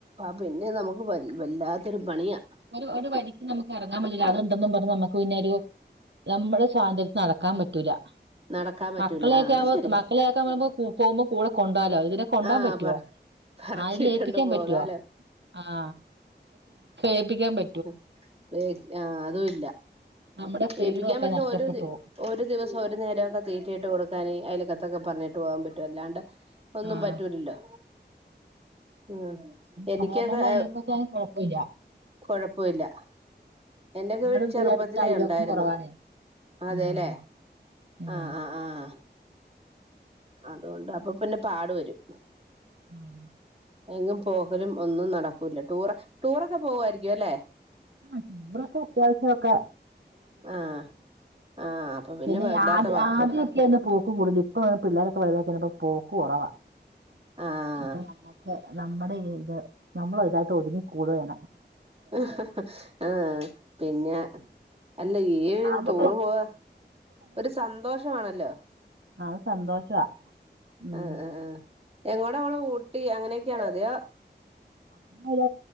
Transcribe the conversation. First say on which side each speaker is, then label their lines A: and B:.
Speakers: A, on the right (about 35°); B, on the right (about 80°).
A: ആ പിന്നെ നമുക്ക് വൽ വല്ലാത്തൊരു പണിയാ
B: ഒരു ഒരു വരിക്ക് നമുക്ക് ഇറങ്ങാൻ പറ്റില്ല അത്ണ്ടെന്നും പറഞ്ഞ് നമുക്ക് പിന്നെ ഒരു നമ്മുടെ സ്വാതന്ത്ര്യത്തിന് നടക്കാൻ പറ്റൂല
A: നടക്കാൻ പറ്റൂല
B: മക്കളെയക്കെ
A: ആ അത്
B: ആകമ്പോ
A: ശരിയാ
B: മക്കളെയെ നമക്ക് പോകുമ്പോ കൂടെ കൊണ്ടാലോ ഇതിനെ കൊണ്ടോൻ
A: ആഹ്
B: പറ്റുവോ
A: പറ പറക്കിയിട്ടുണ്ട്
B: ആരെലും ഏപ്പിക്കാൻ
A: പോകാലോ
B: പറ്റുവോ ആ ഏപ്പിക്കാൻപറ്റ്
A: അ വെക് ആ അതും ഇല്ല
B: നമ്മുടെ ഫ്രീഡം
A: ഏൽപ്പിക്കാൻ
B: ഒക്കെ
A: പറ്റുന്ന
B: നഷ്ടപ്പെട്ടു
A: ഒരു
B: പോവും
A: ഒരു ദിവസം ഒരു നേരം ഒക്കെ തീറ്റിയിട്ട് കൊടുക്കാാന് അയലക്കത്ത് ഒക്കെ പറഞ്ഞിട്ട് പോകാൻ പറ്റും അല്ലാണ്ട് ഒന്നും
B: ആഹ്
A: പറ്റൂലല്ലോ ആഹ എനിക്ക്‌
B: സാധാരണയുള്ള
A: ഒക്കെ
B: അയലൊക്കൊക്കെ ആണെ കൊഴപ്പമില്ല
A: കൊഴപ്പഇല്ല എന്റെക്കെ
B: നമ്മുടെ
A: വീട്ട്
B: ഇപ്പൊ
A: ചെറുപ്പത്തിലേ
B: ഈ അടുത്ത അയലോക്കം
A: ഉണ്ടായിരുന്നു
B: കുറവാണേ
A: അതെല്ലേ
B: ഉം ഉം
A: ആ ആഹ് ആ് അതുകൊണ്ട് അപ്പൊ പിന്നെ പാടു വരും
B: ആഹ്
A: എങ്ങും പോകലും ഒന്നും നടക്കൂല ടൂർ ടൂറൊക്കെ പോവായിരിക്കു അല്ലേ?
B: അത്രക്ക് അത്യാവശ്യക്കെ.
A: ആഹ്. ആഹ്
B: പിന്നെ
A: വല്ലാത്ത
B: ആത്
A: പാ
B: ആദ്യംക്കെയായിര്ന്ന് പോക്ക് കൂടുതല്. ഇപ്പ പിള്ളോരൊക്കെ വലുതായികയിഞ്ഞപ്പൊ പോക്ക്കൊറവാ.
A: ആഹ്
B: ഇപ്പൊ നമ്മക്ക് നമ്മടെ ഇത് നമ്മൾ <unintelligible> യിട്ട് ഒതുങ്ങിക്കൂടു. <unintelligible>
A: ഹഹഹ ആഹ് പിന്നെ. അല്ല ഏ
B: ആദ്യമൊക്കെ
A: ടൂറ് പോവാ ഒരു സന്തോഷവാണല്ലോ?
B: ആഹ് സന്തോഷാ ഉംഹ്.
A: ആഹ് ആഹ് ആഹ് എങ്ങോടാ പോണ്. ഊട്ടി അങ്ങനെയൊക്കെയാണോ അതെയോ?
B: അങ്ങല്ല